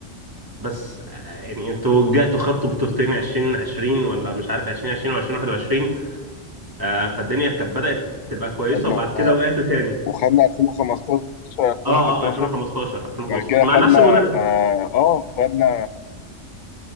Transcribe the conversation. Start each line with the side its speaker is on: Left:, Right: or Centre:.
Right: بس آه، يعني انتوا جاتوا خدتوا بطولتين 2020 ولا مش عارف 2020 او 2021 آه، فالدنيا كانت بدأت تبقى كويسة
Left: خدنا
Right: وبعد كده وقعتوا تاني
Left: وخدنا 2015 2016
Right: اه اه 2015 2015
Left: وبعد كده
Right: مع
Left: خدنا
Right: نفس المدرب
Left: اه آه، خدنا